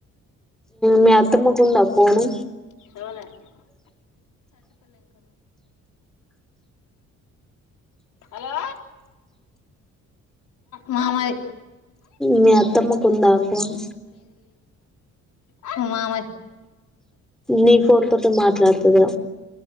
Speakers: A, in the centre; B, on the left (about 75°).
A: మీ అత్తమ్మకు ఉందా ఫోను
B: <unintelligible> హలో మ మాది
A: మీ అత్తమ్మకు ఉందా ఫోన్
B: హలో
A: నీ ఫోన్ తోటి మాట్లాడుతదా